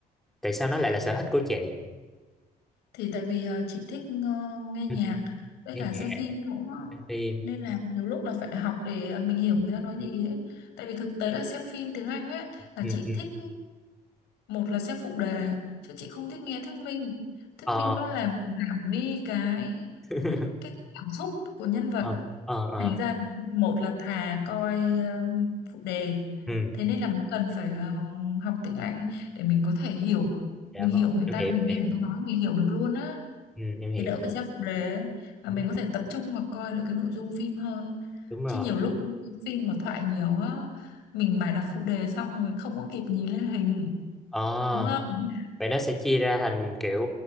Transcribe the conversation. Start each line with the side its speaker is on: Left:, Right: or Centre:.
Centre: tại sao nó lại là sở thích của chị
Left: thì tại vì ờ, chị thích ờ, nghe nhạc
Centre: ừ,
Left: với
Centre: nghe
Left: cả
Centre: nhạc
Left: xem phim cũng
Centre: xem phim
Left: nên là nhiều lúc là phải học để ờ, mình hiểu người ta nói gì ấy tại vì thực tế là xem phim tiếng Anh ấy là
Centre: ừ,
Left: chị
Centre: ừ.
Left: thích một là xem phụ đề chứ chị không thích nghe thuyết minh thuyết
Centre: ờ
Left: minh nó làm giảm đi cái
Centre: <laughs>
Left: cái cảm xúc của nhân vật
Centre: ờ ờ ờ.
Left: thành ra là một là thà coi ờ, phụ đề
Centre: ừ
Left: thế nên là mình cần phải ờ, học tiếng Anh để mình có thể hiểu
Centre: Dạ
Left: mình hiểu
Centre: vâng,
Left: người
Centre: em
Left: ta
Centre: hiểu,
Left: mình
Centre: em
Left: nghe
Centre: hiểu.
Left: người ta nói mình hiểu được luôn á
Centre: Ừ, em hiểu.
Left: thì đỡ phải xem phụ đề ấy. à,
Centre: Đúng,
Left: mình có thể tập trung và coi được cái nội dung phim hơn
Centre: đúng rồi.
Left: chứ nhiều lúc phim mà thoại nhiều á mình mải đọc phụ đề xong rồi không có kịp nhìn lên hình
Centre: À,
Left: đúng không
Centre: vậy nó sẽ chia ra thành kiểu